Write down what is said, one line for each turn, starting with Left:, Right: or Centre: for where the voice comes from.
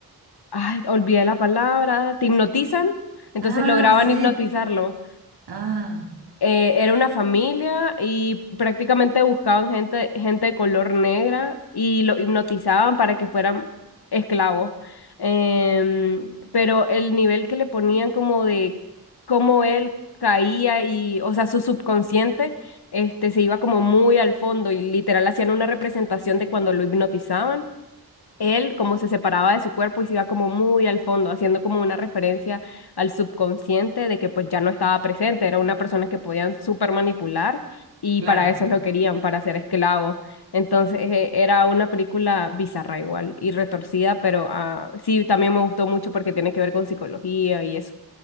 Left: ay, olvidé la palabra, te hipnotizan, entonces
Right: Ah,
Left: lograban
Right: sí.
Left: hipnotizarlo.
Right: Ah,
Left: Eh, era una familia y prácticamente buscaban gente, gente de color negra y lo hipnotizaban para que fueran esclavos. Em, pero el nivel que le ponían como de cómo él caía y, o sea, su subconsciente, este, se iba como muy al fondo y literal hacían una representación de cuando lo hipnotizaban él como se separaba de su cuerpo y se iba como muy al fondo, haciendo como una referencia al subconsciente de que pues ya no estaba presente, era una persona que podían súper manipular y
Right: claro.
Left: para eso lo querían, para ser esclavos. Entonces eh, era una película bizarra igual y retorcida, pero ah, sí, también me gustó mucho porque tiene que ver con psicología y eso.